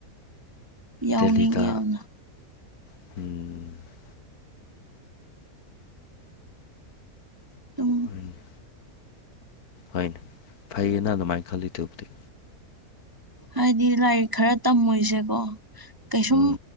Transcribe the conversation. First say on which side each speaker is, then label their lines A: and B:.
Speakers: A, on the right; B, on the left.
A: ꯌꯥꯎꯅꯤꯡꯉꯤ
B: ꯗꯦꯜꯂꯤꯗ
A: ꯌꯥꯝꯅ
B: ꯎꯝ
A: ꯑꯗꯨꯝ
B: ꯍꯣꯏꯅꯦ ꯍꯣꯏꯅꯦ ꯐꯩꯌꯦ ꯅꯪ ꯑꯗꯨꯃꯥꯏ ꯈꯜꯂꯤꯗꯨꯕꯨꯗꯤ
A: ꯍꯥꯏꯗꯤ ꯂꯥꯏꯔꯤꯛ ꯈꯔ ꯇꯝꯃꯣꯏꯁꯦꯀꯣ ꯀꯩꯁꯨꯝ
B: ꯎꯝ